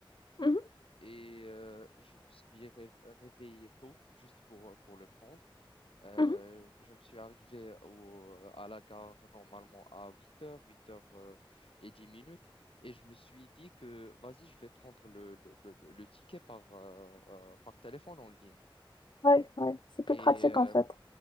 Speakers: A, on the left (about 55°); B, on the left (about 80°).
A: Mhm,
B: et euh, je me suis ré- réveillé tôt juste pour, euh, pour le prendre. Euh,
A: mhm.
B: je me suis arrivé au, à la gare normalement à huit heures huit heures euh, et 10 minutes et je me suis dit que, vas-y, je vais prendre le, le, le, le ticket par, euh, euh, par téléphone en ligne.
A: Ouais, ouais, c'est
B: Et
A: plus pratique
B: euh,
A: en fait.